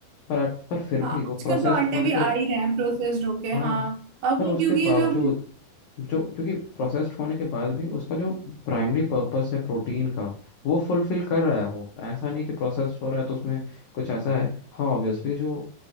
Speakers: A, on the left; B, on the right.
A: पर पर फिर भी
B: हाँ आजकल
A: वो प्रोसेस्ड
B: तो अंडे
A: होने
B: भी आ
A: के
B: ही रहे हैं प्रोसेस्ड होके
A: हाँ
B: हाँ और
A: पर
B: वो
A: उसके
B: क्योंकि
A: बावजूद
B: जो
A: जो क्योंकि प्रोसेस्ड होने के बाद भी उसका जो प्राइमरी पर्पस है प्रोटीन का वो फुलफिल कर रहा है वो ऐसा नहीं कि प्रोसेस्ड हो रहा है तो उसमें कुछ ऐसा है हाँ ऑब्वियसली जो